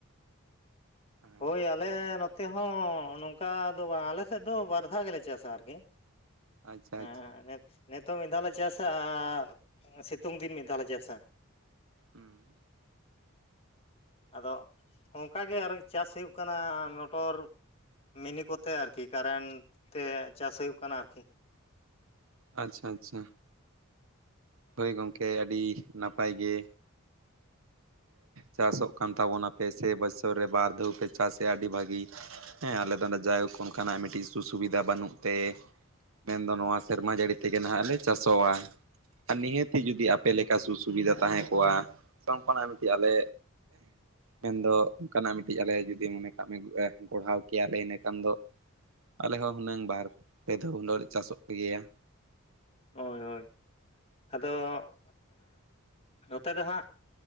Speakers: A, on the right; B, on the left.
A: ᱦᱮᱸ
B: ᱦᱳᱭ
A: ᱜᱚᱝᱠᱮ
B: ᱟᱞᱮ
A: ᱢᱮᱱᱫᱚ
B: ᱱᱚᱛᱮ
A: ᱛᱟᱦᱚᱞᱮ
B: ᱦᱚᱸ ᱱᱚᱝᱠᱟ ᱫᱚ ᱵᱟᱝ ᱟᱞᱮ ᱥᱮᱫ ᱫᱚ ᱵᱟᱨ ᱫᱷᱟᱣ ᱜᱮᱞᱮ ᱪᱟᱥᱟ ᱟᱨᱠᱤ
A: ᱟᱪᱪᱷᱟ
B: ᱦᱮᱸ
A: ᱟᱪᱪᱷᱟ
B: ᱦᱮᱸ ᱱᱤᱛᱚᱜ ᱢᱤᱫ ᱫᱷᱟᱣᱞ ᱞᱮ ᱪᱟᱥᱟ ᱟᱨ ᱥᱤᱛᱩᱝ ᱫᱤᱱ ᱢᱤᱫ ᱫᱷᱟᱣ ᱞᱮ ᱪᱟᱥᱟ
A: ᱦᱮᱸ
B: ᱟᱫᱚ ᱚᱱᱠᱟᱜᱮ ᱟᱨᱚ ᱪᱟᱥ ᱦᱩᱭᱩᱜ ᱠᱟᱱᱟ ᱢᱚᱴᱚᱨ ᱢᱤᱱᱤ ᱠᱚᱛᱮ ᱟᱨᱠᱤ ᱠᱟᱨᱮᱱᱴ ᱛᱮ ᱪᱟᱥ ᱦᱩᱭᱩᱜ ᱠᱟᱱᱟ ᱟᱨᱠᱤ
A: ᱟᱪᱪᱷᱟ ᱟᱪᱪᱷᱟ ᱦᱳᱭ ᱜᱚᱢᱠᱮ ᱟᱹᱰᱤ ᱱᱟᱯᱟᱭ ᱜᱮ ᱪᱟᱥᱚᱜ ᱠᱟᱱ ᱛᱟᱵᱚᱱᱟᱯᱮ ᱥᱮ ᱵᱚᱪᱷᱚᱨ ᱨᱮ ᱵᱟᱨᱫᱷᱟᱣ ᱯᱮ ᱪᱟᱥᱮᱫ ᱟ ᱟᱹᱰᱤ ᱵᱷᱟᱹᱜᱤ ᱦᱮᱸ ᱟᱞᱮ ᱫᱚ ᱱᱚᱰᱮ ᱡᱟᱭ ᱦᱳᱠ ᱚᱱᱠᱟᱱᱟᱜ ᱢᱤᱫᱴᱤᱡ ᱥᱩ ᱥᱩᱵᱤᱫᱷᱟ ᱵᱟᱹᱱᱩᱜ ᱛᱮ ᱢᱮᱱᱫᱚ ᱱᱚᱣᱟ ᱥᱮᱨᱢᱟ ᱡᱟᱹᱲᱤ ᱛᱮᱜᱮ ᱱᱟᱦᱟᱜ ᱞᱮ ᱪᱟᱥᱚᱜ ᱟ ᱟᱨ ᱱᱤᱦᱟᱹᱛ ᱡᱩᱫᱤ ᱟᱯᱮ ᱞᱮᱠᱟ ᱥᱩ ᱥᱩᱵᱤᱫᱷᱟ ᱛᱟᱦᱮᱸ ᱠᱚᱜᱼᱟ ᱚᱱᱠᱟᱱᱟᱜ ᱢᱤᱫᱴᱤᱡ ᱟᱞᱮ ᱢᱮᱱᱫᱚ ᱚᱱᱠᱟᱱᱟᱜ ᱢᱤᱫᱴᱤᱡ ᱟᱞᱮ ᱡᱩᱫᱤ ᱢᱚᱱᱮ ᱠᱟᱜ ᱢᱮ ᱜᱚᱲᱦᱟᱣ ᱠᱮᱭᱟᱞᱮ ᱤᱱᱟᱹᱠᱷᱟᱱ ᱫᱚ ᱟᱞᱮ ᱦᱚᱸ ᱦᱩᱱᱟᱹᱝ ᱵᱟᱨ ᱯᱮ ᱫᱷᱟᱣ ᱦᱩᱱᱟᱹᱜ ᱞᱮ ᱪᱟᱥᱚᱜ ᱠᱮ ᱜᱮᱭᱟ
B: ᱦᱳᱭ ᱦᱳᱭ ᱟᱫᱚ ᱱᱚᱛᱮ ᱫᱚ ᱦᱟᱸᱜ